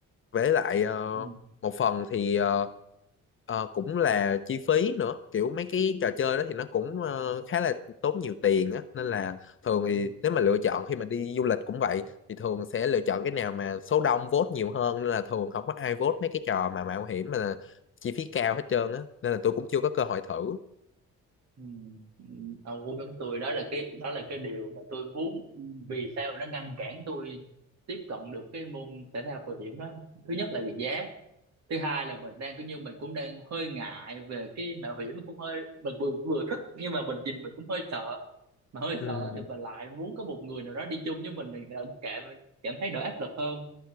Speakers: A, on the left; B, on the right.
A: với lại ờ,
B: ừ,
A: một phần thì ờ, ờ, cũng là chi phí nữa kiểu mấy cái trò chơi đó thì nó cũng ờ, khá là tốn nhiều tiền á nên là thường
B: đúng
A: thì
B: rồi.
A: nếu mà lựa chọn khi mà đi du lịch cũng vậy thì thường sẽ lựa chọn cái nào mà số đông vote nhiều hơn nên là thường không có ai vote mấy cái trò mà mạo hiểm mà chi phí cao hết trơn á nên là tôi cũng chưa có cơ hội thử
B: ừ. ừ. ông cũng giống tôi đó là cái đó là cái điều mà tôi muốn vì sao nó ngăn cản tôi tiếp cận được cái môn thể thao bảo hiểm đó thứ nhất là về giá thứ hai là mình đang cũng như mình cũng đang hơi ngại về cái mạo hiểm mình cũng hơi mình vừa vừa thích nhưng mà mình nhìn mình cũng hơi sợ mà hơi
A: ừ.
B: sợ thì mình lại muốn có một người nào đó đi chung với mình thì lại cảm cảm thấy đỡ áp lực hơn